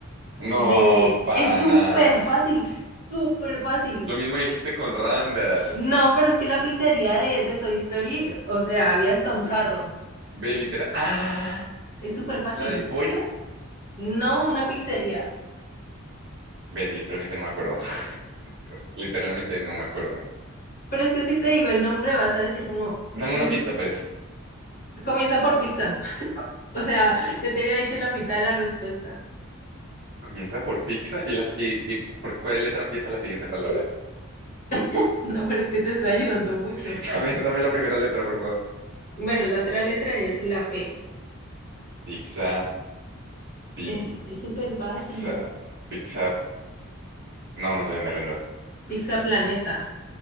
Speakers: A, on the right; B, on the left.
A: No,
B: De,
A: pana.
B: es súper fácil, súper fácil.
A: Lo mismo dijiste con Randall.
B: No, pero es que la pizzería de, de Toy Story, o sea, había hasta un carro.
A: Li- Ve, literal. Ah,
B: Es súper fácil.
A: la del pollo.
B: No una pizzería.
A: Ve, literalmente no me acuerdo. <laughs> Literalmente no me acuerdo.
B: Pero es que si te digo el nombre, vas a decir como,
A: Dame
B: si
A: una
B: es-
A: pista, pues.
B: comienza por pizza. <laughs> O sea, ya te había dicho la mitad de la respuesta.
A: Comienza por pizza y las y, y por cuál letra empieza la siguiente palabra.
B: <laughs> No, pero es que te estoy ayudando mucho.
A: <laughs> Dame, dame la primera letra, por favor.
B: Bueno, la otra letra es la P.
A: Pizza, pi.
B: Es, es súper fácil.
A: Pizza, pizza, no, no sé, me rindo.
B: Pizza Planeta.